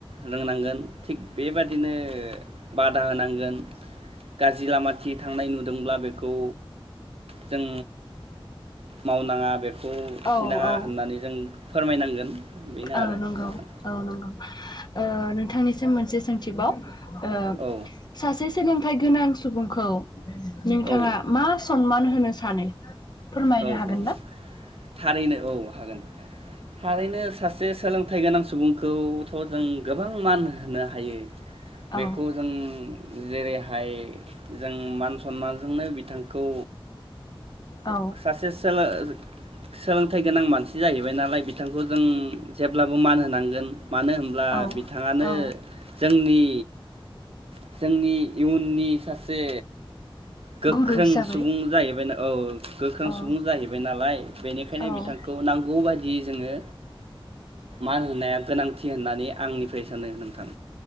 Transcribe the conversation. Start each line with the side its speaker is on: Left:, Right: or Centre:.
Right: रोंनांगोन थिग बेबादिनो बादा होनांगोन गाज्रि लामा खि थांनाय नुदोंब्ला बेखौ जों मावनाङा बेख खौ खिनाङा
Left: औ औ
Right: होननानै जों फोरमायनांगोन बेनो
Left: औ
Right: आरो
Left: नंगौ
Right: नोंथां
Left: औ नंगौ। ओ नोंथांनिसिम मोनसे सों थिबा ओ
Right: औ
Left: सासे सोलोंथाइ गोनां सुबुंखौ नोंथाङा
Right: औ
Left: मा सनमान होनो सानो फोरमायनो
Right: औ
Left: हागोन
Right: औ
Left: ना?
Right: थारैनो औ हागोन थारैनो सासे सोलोंथाइ गोनां सुबुंखौथ' जों गोबां मान होनो हायो। बेखौ
Left: औ
Right: जों जेरैहाय जों मान सनमानजोंनो बिथांखौ
Left: औ
Right: सासे सोलो-सोलोंथाइ गोनां मानसि जाहैबाय ना नालाइ बिथांखौ जों जेब्लाबो मान होनांगोन। मानो होनब्ला
Left: औ
Right: बिथाङानो
Left: औ
Right: जोंनि <unintelligible> जोंनि इयुननि सासे गोख्रों
Left: गुरु हिसाबै
Right: सुबुं जाहैबाय औ गोख्रों
Left: औ
Right: सुबुं जाहैबाय नालाय बेनिखायनो
Left: औ
Right: बिथांखौ नांगौ बायद दि जोङो मान होना गोनांथि होननानै आंनिफ्राय सानो नोंथां।